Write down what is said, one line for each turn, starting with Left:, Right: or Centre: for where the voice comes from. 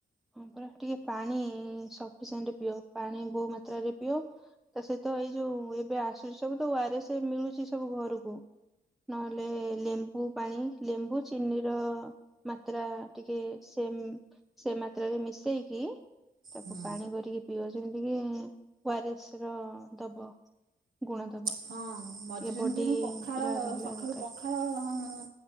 Centre: ହଁ ପୁରା ଟିକେ ପାଣିି ସଫିସେଣ୍ଟ୍ ପିଅ। ପାଣି ବହୁ ମାତ୍ରରେ ପିଅ। ତା ସହିତ ଏଇ ଯୋଉ ଏବେ ଆସୁଚି ସବୁ ତ ୱାରେସ୍ ମିଳୁଚି ସବୁ ଘରୁକୁ। ନହେଲେ ଲେମ୍ବୁ ପାଣି ଲେମ୍ବୁ ଚିନି ର ଅ ମାତ୍ରା ଟିକେ ସେମ୍ ସେ ମାତ୍ରାରେ ମିଶେଇକି ତାକୁ
Right: ହୁଁ
Centre: ପାଣି କରିକି ପିଅ। ଯେମିତିକ ୱାରେସ୍ ର ଦବ। ଗୁଣ ଦବ।
Right: ହଁ ମଝିରେ
Centre: ଟିକେ ବଡି
Right: ମଝିରେ ମୁଁ ପଖାଳ
Centre: ପୁରା ରହିବା
Right: ସକାଳୁ
Centre: ଦରକାର
Right: ପଖ୍ ହଁ ହଁ ହଁ ହଁ